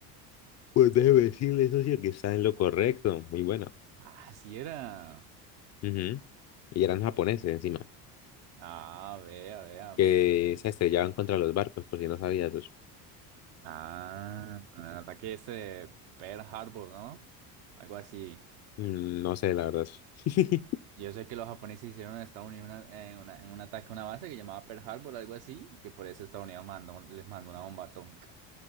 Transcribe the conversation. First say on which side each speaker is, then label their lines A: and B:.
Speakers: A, on the left; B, on the right.
A: Pues déjeme decirle, socio, que está en lo correcto. Muy bueno.
B: Ah, sí era.
A: Ujú. Y eran japoneses encima,
B: Ah, vea, vea,
A: que
B: para que.
A: se estrellaban contra los barcos, por si no sabías, socio.
B: Ah, el ataque este de Pearl Harbor, ¿no? Algo así.
A: Mm, No sé, la verdad. <laughs>
B: Yo sé que los japoneses hicieron en Estados Unidos una- en una- en un ataque a una base que llamaba Pearl Harbor, algo así, y que por eso Estados Unidos mandó, un- les mandó una bomba atómica.